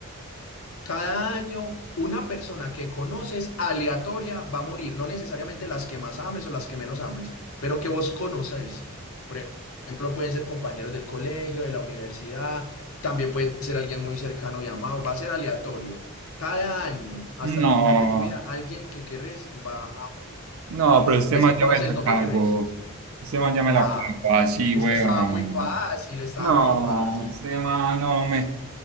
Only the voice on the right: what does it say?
No,
no, pero este
man
ya
me la
cago.
Este man ya me
la cago así,
weón.
No,
este man no me.